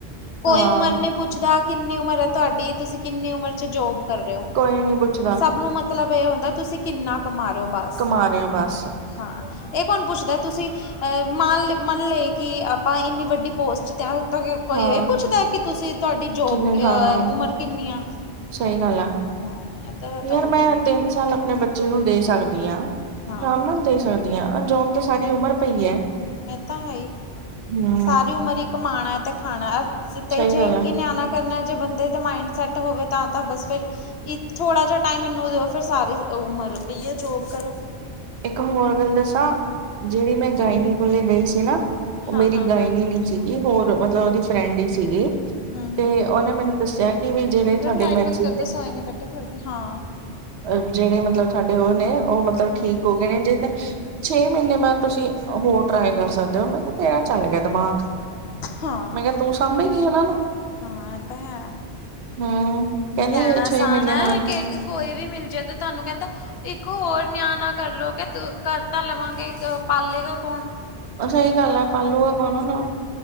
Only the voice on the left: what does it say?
ਕੋਈ
ਉਮਰ ਨਹੀਂ ਪੁੱਛਦਾ ਕਿੰਨੀ ਉਮਰ ਹੈ, ਤੁਹਾਡੀ ਤੁਸੀਂ ਕਿੰਨੀ ਉਮਰ ਚ ਜੋਬ ਕਰ ਰਹੇ ਹੋ
ਸਭ ਨੂੰ ਮ ਮਤਲਬ ਇਹ ਹੁੰਦਾ, ਤੁਸੀਂ ਕਿੰਨਾ ਕਮਾ ਰੇ ਬਾਹਰ
ਹਾਂ ਇਹ ਕੌਣ ਪੁੱਛਦਾ ਤੁਸੀਂ ਅ ਮੰਨ ਲੋ ਮੰਨ ਲਏ ਕਿ, ਆਪਾਂ ਇੰਨੀ ਵੱਡੀ ਪੋਸਟ ਤੇ ਕੋਈ
ਇਹ ਪੁੱਛਦਾ, ਕਿ ਤੁਸੀਂ ਤੁਹਾਡੀ ਜੋਬ
ਉਮਰ
ਕਿੰਨੀ ਆ।
ਹਾਂ ਏਦਾਂ ਦਾ ਤਾਂ
ਕੁੱਝ
ਨੀ ਹੈਗਾ
ਹਾਂ
ਮੈਂ ਤਾਂ ਹੈ ਹੀ
ਸਾਰੀ ਉਮਰ ਕਮਾਣਾ ਤੇ ਖਾਣਾ ਤੇ
ਜੇ
ਇੱਕ
ਹੀ ਨਿਆਣਾ ਕਰਨਾ ਜੇ ਬੰਦੇ ਦੇ ਮਾਇੰਡ ਸੈੱਟ ਹੋਵੇ, ਤਾਂ ਤਾਂ ਬਸ ਫਿਰ ਥੋੜਾ ਜਹਾ ਟਾਈਮ ਇਹਨੂੰ ਦਿਓ, ਫਿਰ ਸਾਰੀ ਉਮਰ ਪਈਏ ਜੋਬ ਕਰਨ ਨੂੰ
ਹਮ
ਹਾਂ
ਹਾਂ
ਹਾਂ
ਹਮ
ਹਮ ਹਮ
ਰਬ
ਲਾਈਟ
ਬੰਦ ਕਰਦੋ
ਸੋਏਗੇ ਬੈਟਾ ਥੋੜੀ ਦੇਰ ਹਾਂ
ਹਮ
ਹਮ
ਹਾਂ
ਹਾਂ ਆ ਤਾਂ ਹੈ।
ਕਹਿਣਾ
ਆਸਾਨ
ਹੈ
ਕਿ ਕੋਈ ਵੀ ਮਿਲ ਜਾਏ ਤਾਂ ਤੁਹਾਨੂੰ ਕਹਿੰਦਾ। ਇੱਕ ਹੋਰ ਨਿਆਂ ਨਾ ਕਰਲੋ, ਕੇ ਤੂੰ ਕਰ ਤਾਂ ਲਵਾਂਗੇ ਪਾਲੇਗਾ, ਕੋ